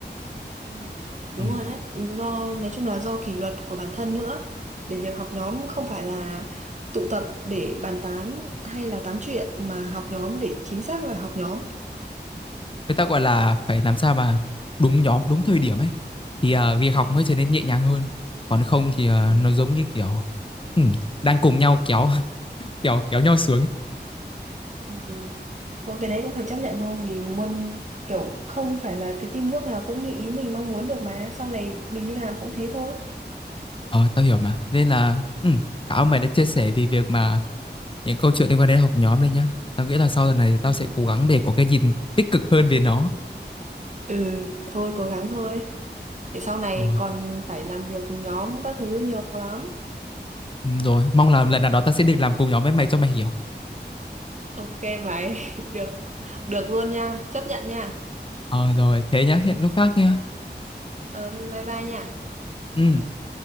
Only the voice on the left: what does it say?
ừ.
người ta gọi là phải làm sao mà đúng nhóm đúng thời điểm ấy thì ờ, việc học mới trở nên nhẹ nhàng hơn còn không thì ờ,
nó giống như kiểu ừ, đang cùng nhau kéo <laughs> kéo kéo nhau xuống ấy.
ờ tao hiểu mà nên là ừ, cảm ơn mày đã chia sẻ về việc mà những câu chuyện liên quan đến học nhóm đây nhá tao nghĩ là sau lần này tao
sẽ cố gắng để có cái nhìn tích cực hơn về nó
Ờ.
Ừ, rồi mong là lần nào đó ta sẽ được làm cùng nhóm với mày cho mày hiểu
ờ rồi thế nhá hẹn lúc khác nhá
ừ